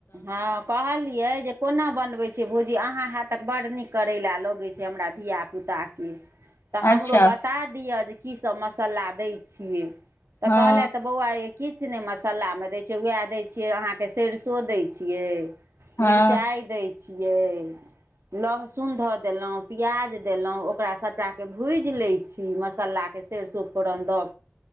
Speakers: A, on the right (about 75°); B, on the left (about 70°).
A: ह कहलियै जे कोना बनबै छिय भौजी अहाँ है तक बड़ नीक करै लए लगैत छै हमरा धिय पुताके। तऽ हमरो
B: अच्छा
A: बात दिए कि सभ मस्ला दिया छै तऽ
B: हँ
A: कहल। बौआ ई किछु नहि मसालामे दैत छै उएह दैत छियै अहाँकेँ सरिसो दैत छियै।
B: हँ
A: मिर्चाइ दै छिय लहसुन धऽ देलहुँ प्याज देलहु ओकरा सभटा के भुजि लैत छी मसाला के। सेर सूप दऽ